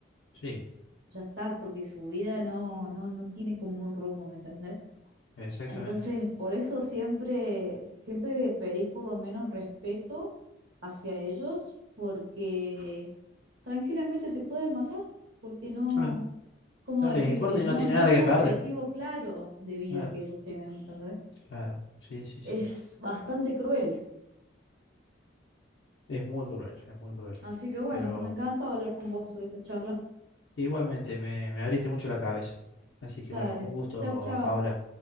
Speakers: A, on the left; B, on the right.
A: sí,
B: ya está, porque su vida no, no, no tiene como un rumbo, ¿me entendés?
A: exactamente.
B: Entonces, por eso siempre, siempre pedí por lo menos respeto hacia ellos, porque tranquilamente te pueden matar, porque no,
A: Claro,
B: ¿cómo
A: no
B: decirte?
A: les importa
B: No,
A: y no tiene
B: no
A: nada
B: hay
A: que
B: un objetivo
A: perder.
B: claro de vida
A: Claro,
B: que ellos tienen, ¿entendés?
A: claro, sí, sí, sí.
B: Es bastante cruel.
A: Es muy cruel, es muy cruel.
B: Así que bueno,
A: Pero
B: me encantó hablar con vos sobre esta charla.
A: igualmente me, me abriste mucho la cabeza. Así que
B: Dale,
A: bueno, un gusto,
B: chau, chau.
A: Paola.